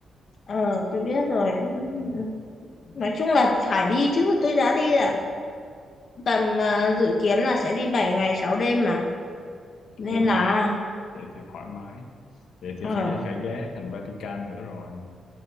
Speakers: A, on the left; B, on the left.
A: ờ, tôi biết rồi Ừ,
B: ừ.
A: ừ. nói chung là phải đi chứ tôi đã đi tầm ờ, dự kiến là sẽ đi 7 ngày 6 đêm mà nên
B: ui
A: là
B: vậy thì thoải mái vậy thì
A: ờ
B: phải phải ghé thành Vatican nữa rồi